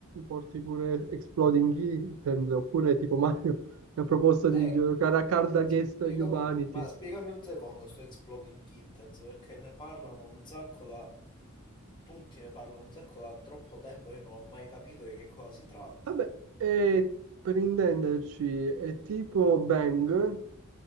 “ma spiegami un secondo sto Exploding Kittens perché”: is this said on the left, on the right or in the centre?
Left